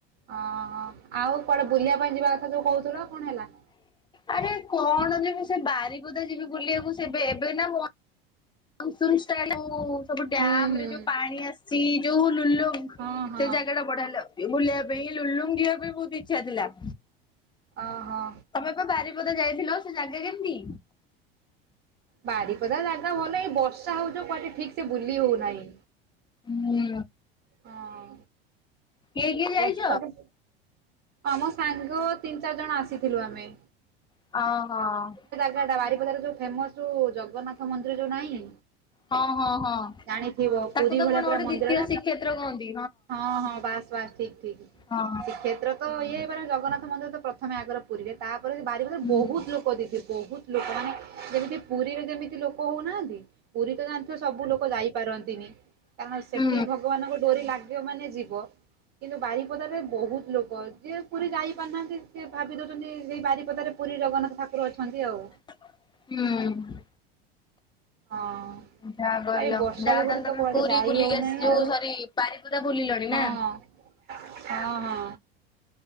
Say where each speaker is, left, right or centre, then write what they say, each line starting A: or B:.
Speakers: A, on the right (about 45°); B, on the left (about 15°).
A: ଓହୋ ଆଉ କୁଆଡେ ବୁଲିବା ପାଇଁ ଯିବା କଥା ଯୋଉ କହୁଥିଲ କଣ ହେଲା।
B: ଆରେ କଣ ଯିବି ସେ ବାରିପଦା ଯିବି ବୁଲିବାକୁ ସେବେ ଏବେ ନା ସୁ ଷ୍ଟାଇଲ ସବୁ ଡ୍ୟାମ
A: ହୁଁ ହୁଁ
B: ରେ ଯୋଉ ପାଣି ଆସିଛି ଯୋଉ ଲୁଲ
A: ହଁ ହଁ
B: ସେ ଜାଗା ଟା ବଢା ହେଲାଉ ବୁଲିବା ପାଇଁ ଲୁଲୁଙ୍ଗିଅ ବି ବହୁତ ଇଚ୍ଛା ଥିଲା।
A: ଓହୋ
B: ତମେ ବାରିପଦା ଯାଇଥିଲ ସେ ଜାଗା କେମତି?
A: ବାରିପଦା ଜାଗା ଭଲ ଏଇ ବର୍ଷା ହଉଚ କୁଆଡେ ଠିକ ସେ ବୁଲି ହଉନାହିଁ।
B: ହୁଁ
A: ହଁ
B: କିଏ କିଏ ଯାଇଛ
A: ବର୍ଷକ ଆମ ସାଙ୍ଗ ତିନି ଚାରି ଜଣ ଆସିଥିଲୁ ଆମେ।
B: ଓହୋ।
A: ବାରିପଦାର ଯୋଉ ଫେମସ ଜଗନ୍ନାଥ ମନ୍ଦିର ଯୋଉ ନାହିଁ।
B: ହଁ ହଁ ହଁ
A: ଜାଣିଥିବ
B: ତାକୁ
A: ପୁରୀ
B: ତ
A: ଭଳିଆ
B: କଣ
A: ପୁରା
B: ଗୋଟେ
A: ମନ୍ଦିର
B: ଦ୍ଵିତୀୟ
A: ଟା
B: ଶ୍ରୀକ୍ଷେତ୍ର କହନ୍ତି
A: ହଁ ହଁ ବାସ୍ ବାସ୍। ଠିକ୍ ଠିକ
B: ହଁ
A: ଶ୍ରୀକ୍ଷେତ୍ର ତ ଇଏ ହେଇପାରେ ଜଗନ୍ନାଥ ମନ୍ଦିର ତ ପ୍ରଥମେ ଆଗରେ ପୁରୀରେ ତାପରେ ବାରିଦରେ
B: ହୁଁ
A: ବହୁତ ଲୋକ ବହୁତ ଲୋକମାନେ ଯେମିତି ପୁରୀରେ ଯେମିତି ଲୋକ ହଉନାହାନ୍ତି ପୁରୀ ତ ଜାଣିଥିବ ସବୁ ଲୋକ ଯାଇପାରନ୍ତିନି। କାରଣ ସେଠି
B: ହୁଁ ହୁଁ
A: ଭଗବାନଙ୍କ ଡୋରି ଲାଗିବ ମାନେ ଯିବ। କିନ୍ତୁ ବାରିପଦାରେ ବହୁତ ଲୋକ ଯି ପୁରୀ ଯାଇ ପାରୁନାହାନ୍ତି ସେ ଭାବି ଦଉଛନ୍ତି ସେଇ ବାରିପଦାରେ ପୁରୀ ଜଗନ୍ନାଥ ଠାର ଉପରୁ ଅଛନ୍ତି ଆଉ।
B: ହୁଁ।
A: ହଁ। ଆଉ
B: ଯାହା କହିଲ
A: ଏଇ ବର୍ଷା
B: ଯାହା
A: ଯୋଗୁରୁ
B: ତାହେଲେ ତମେ
A: ତ କୁଆଡେ
B: ପୁରୀ
A: ଯାାଇ
B: ବୁଲିକି
A: ହଉନାହିଁ
B: ଆସି ଯୋଉ
A: ଆଉ
B: ସରି ବାରିପଦା ବୁଲିଲଣି ନା?
A: ହଁ ହଁ ହଁ